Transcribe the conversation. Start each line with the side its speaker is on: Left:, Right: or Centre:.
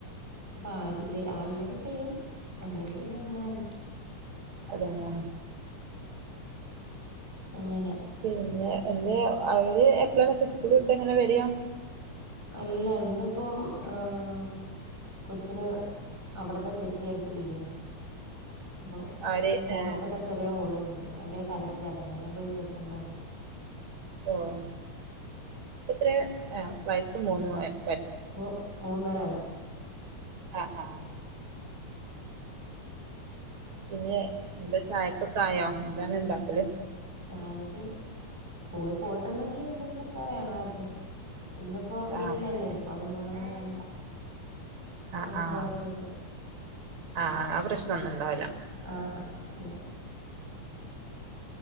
Centre: അപ്പൊ ആര്ല്ലേ ആള്ണ്ടേങ്കി ചെയ്യും ഉണ്ടെങ്കി പിന്നെ ഉമ്മന്നെ.
Right: അതന്നെ.
Centre: അങ്ങനാ
Right: പിന്നെ എന്തെ അവര് എപ്പളാ മറ്റേ സ്കൂള് വിട്ട് എങ്ങനെ വര്ആ?
Centre: അല്ല ഇന്ന്പ്പം ആഹ്. കൊച്ചിന് അവട്ന്ന് തെറ്റി അടിച്ച് വീണേ. അപ്പൊ
Right: ആര്
Centre: മൊഖത്തൊക്കെ
Right: ഏ
Centre: ചെറിയ മുറിയുണ്ട്, ഭയങ്കര കരച്ചിലാരുന്നു അങ്ങനെ ഞാൻ പോയി വിളിച്ചോണ്ട് വന്നു.
Right: ഓഹ് എത്രെ ആഹ് വയസ് മൂന്ന് പായം.
Centre: പ്പോ മൂന്നര വയസ്.
Right: ആഹ് ആഹ്. പിന്നെ ന്താ ചായകൊക്കേ ആയോ എന്താണ് ണ്ടാക്കല്?
Centre: ചായക്ക് സ്കൂളി പോയിട്ടുണ്ടെങ്കി എന്തെങ്കിലൊക്കെ വേണാര്ന്ന് ഇന്ന് പ്പൊ വീട്ടിലല്ലേ
Right: ആ
Centre: അപ്പൊ പിന്നേ അതൊന്നും വേണ്ട.
Right: അ
Centre: നമുക്ക്
Right: ആഹ്
Centre: കൊഴപ്പമില്ല
Right: ആഹ് ആ പ്രശ്നൊന്നും ഉണ്ടാവൂലാ.
Centre: ആഹ് അ ഇല്ല.